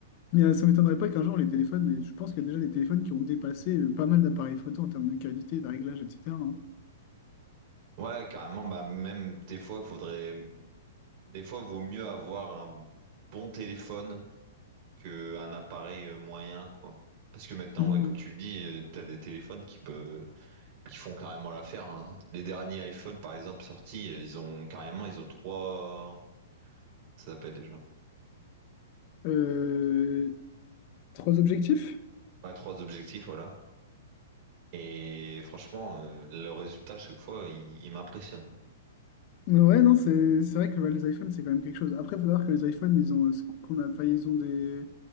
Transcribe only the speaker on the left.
Mais euh, ça m'étonnerait pas qu'un jour, les téléphones, et je pense qu'il y a déjà des téléphones qui ont dépassé euh, pas mal d'appareils photo en termes de qualité, de réglage, etc. hein.
Mhm.
Euh, Trois objectifs?
Ouais, non, c'est c'est vrai que bah, les iPhones, c'est quand même quelque chose. Après, il faut savoir que les iPhones, ils ont, euh, ce qu'on a, enfin, ils ont des,